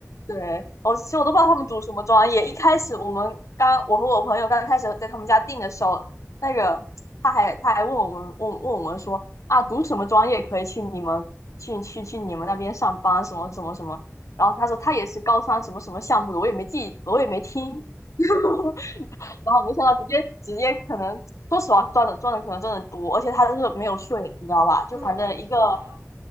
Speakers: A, on the left (about 70°); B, on the right (about 85°).
A: 对，我其实我都不知道他们读什么专业。一开始我们刚，我和我朋友刚开始在他们家订的时候，那个他还他还问我们问问我们说啊，读什么专业可以去你们去去去你们那边上班什么什么什么。然后他说他也是高三什么什么项目的，我也没记，我也没听。<laughs> 然后没想到直接直接可能，说实话赚的赚的可能真的多，而且他就是没有税，你知道吧？就反正一个，
B: 对啊，我知道啊，